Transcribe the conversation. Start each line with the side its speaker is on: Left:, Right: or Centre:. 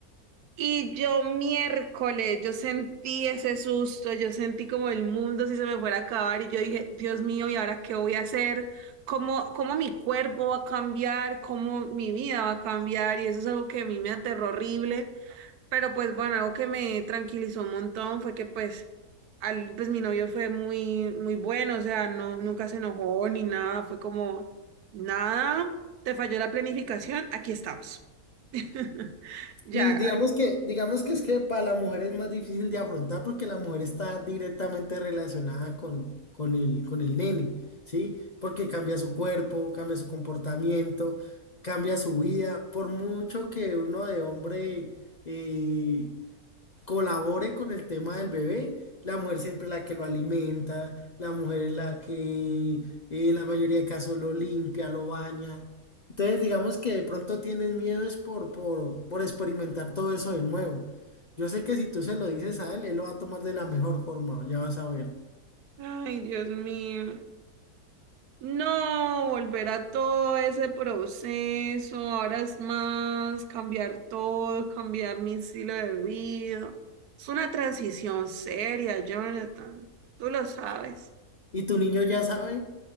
Right: Y yo miércoles, yo sentí ese susto, yo sentí como el mundo si se me fuera a acabar y yo dije, Dios mío, ¿y ahora qué voy a hacer? ¿Cómo, cómo mi cuerpo va a cambiar? ¿Cómo mi vida va a cambiar? Y eso es algo que a mí me aterró horrible. Pero pues bueno, algo que me tranquilizó un montón fue que pues, al, pues mi novio fue muy, muy bueno, o sea, no, nunca se enojó ni nada, fue como, nada, te falló la planificación, aquí estamos. <laughs> Ya,
Left: Y digamos que, digamos que es que para la mujer es más difícil de afrontar porque la mujer está directamente relacionada con, con el, con el nene, ¿sí? Porque cambia su cuerpo, cambia su comportamiento, cambia su vida. Por mucho que uno de hombre eh, colabore con el tema del bebé, la mujer siempre es la que lo alimenta, la mujer es la que en la mayoría de casos lo limpia, lo baña. Entonces, digamos que de pronto tienes miedo es por, por, por experimentar todo eso de nuevo. Yo sé que si tú se lo dices a él, él lo va a tomar de la mejor forma, ya vas a ver.
Right: ay, Dios mío. No, volver a todo ese proceso, ahora es más cambiar todo, cambiar mi estilo de vida. Es una transición seria, Jonathan, tú lo sabes.
Left: Y tu niño ya sabe,